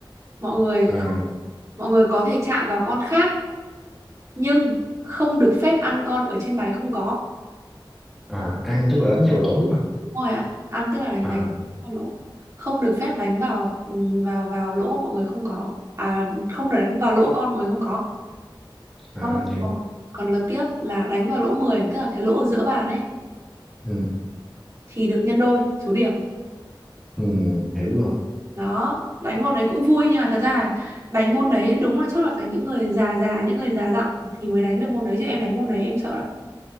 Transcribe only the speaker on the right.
mọi người
không- mọi người có thể chạm vào con khác nhưng không được phép ăn con ở trên bài không có
đúng rồi ạ ăn tức là đánh,
đánh vào lỗ không được phép đánh vào ừ, vào vào lỗ mọi người không có à không được đánh vào lỗ con mọi người không có
xong rồi
còn còn lượt tiếp là đánh vào lỗ 10 tức là cái lỗ ở giữa bàn ấy
thì được nhân đôi số điểm
đó đánh môn đấy cũng vui nhưng mà thật ra là đánh môn đấy đúng là chắc là phải những người già già những người già dặn thì mới đánh được môn đấy chứ em đánh môn đấy em sợ lắm